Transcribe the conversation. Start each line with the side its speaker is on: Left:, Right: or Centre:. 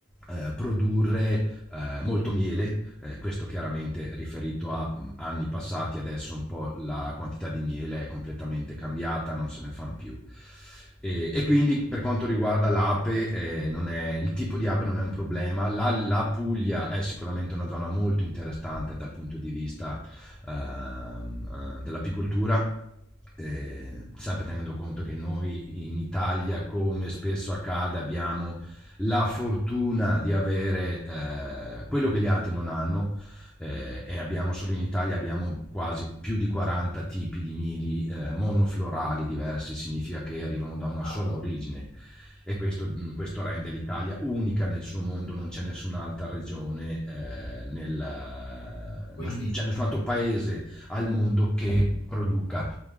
Centre: eh, produrre eh, molto miele, eh, questo chiaramente riferito a anni passati, adesso un po' la quantità di miele è completamente cambiata, non se ne fanno più. E, e quindi per quanto riguarda l'ape, eh, non è- il tipo di ape non è un problema. La, la Puglia è sicuramente una zona molto interessante dal punto di vista ehm, eh, dell'apicoltura. eh, sempre tenendo conto che noi in Italia, come spesso accade, abbiamo la fortuna di avere eh, quello che gli altri non hanno, eh, e abbiamo solo in Italia abbiamo quasi più di 40 tipi di mili eh, monoflorali diversi, significa che arrivano da una
Left: ah,
Centre: sola
Left: wow.
Centre: origine e questo, mh, questo rende l'Italia unica nel suo mondo, non c'è nessun'altra regione, eh, nel-
Left: Quindi
Centre: non c'è nessun altro paese al mondo che produca.